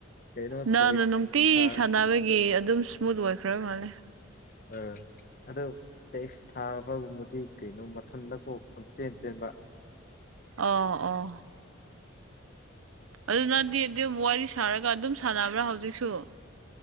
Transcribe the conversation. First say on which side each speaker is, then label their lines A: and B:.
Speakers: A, on the left (about 45°); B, on the right (about 80°).
A: ꯀꯩꯅꯣ
B: ꯅꯪꯅ
A: ꯇꯦꯛꯁ
B: ꯅꯨꯡꯇꯤ
A: ꯊꯥꯔ
B: ꯁꯥꯟꯅꯕꯒꯤ ꯑꯗꯨꯝ ꯁ꯭ꯃꯨꯠ ꯑꯣꯏꯈ꯭ꯔ ꯃꯥꯜꯂꯦ
A: ꯑꯥ ꯑꯗꯨ ꯇꯦꯛꯁ ꯊꯥꯕꯒꯨꯝꯕꯗꯤ ꯀꯩꯅꯣ ꯃꯊꯟꯇ ꯀꯣ ꯈꯪ ꯆꯦꯟ ꯆꯦꯟꯕ
B: ꯑꯣ ꯑꯣ
A: <inaudible>
B: ꯑꯗꯨꯅꯪꯗꯤ ꯑꯗꯨꯝ ꯋꯥꯔꯤ ꯁꯥꯔꯒ ꯑꯗꯨꯝ ꯁꯥꯟꯅꯕ꯭ꯔꯥ ꯍꯧꯖꯤꯛꯁꯨ